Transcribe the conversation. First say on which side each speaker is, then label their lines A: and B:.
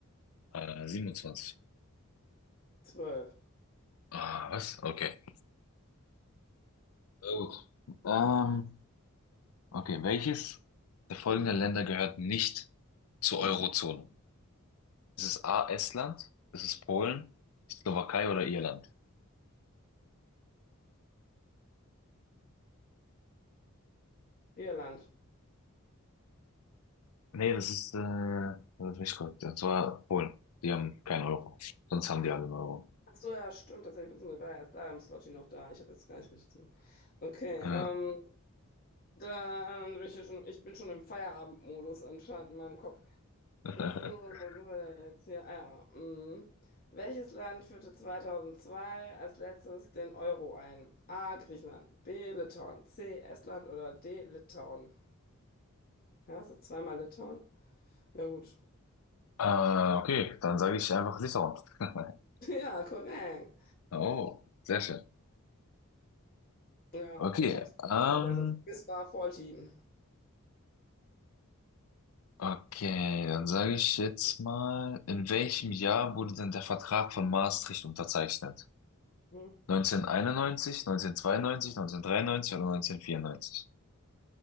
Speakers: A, on the left; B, on the left.
A: Äh, 27.
B: zwölf
A: Ah, was? Okay. Na gut. Ähm, okay, welches der folgenden Länder gehört nicht zur Eurozone? Ist es A, Estland? Ist es Polen? Slowakei oder Irland?
B: Irland.
A: Nee, das ist, äh, das ist nicht korrekt. Das war Polen. Die haben keinen Euro. Sonst haben die alle einen Euro.
B: Ach so, ja, stimmt, tatsächlich wissen wir, ich war ja erst da im Slotty noch da. Ich habe jetzt gar nicht richtig zu. Okay,
A: Ja.
B: ähm, dann bin ich ja schon, ich bin schon im Feierabendmodus anscheinend in meinem Kopf.
A: <laughs>
B: So, wo sind wir denn jetzt hier? Ah, ja. mm. Welches Land führte 2002 als letztes den Euro ein? A. Griechenland, B. Litauen, C. Estland oder D. Litauen? Ja, ist das zweimal Litauen? Ja, gut. <laughs>
A: Äh, okay, dann sage ich einfach Litauen. <laughs>
B: Ja, korrekt.
A: Oh, sehr schön.
B: Ja,
A: Okay,
B: ich habe es
A: ähm,
B: gesagt, das Quiz war voll Team.
A: okay, dann sage ich jetzt mal, in welchem Jahr wurde denn der Vertrag von Maastricht unterzeichnet?
B: Hm,
A: 1991, 1992, 1993 oder 1994?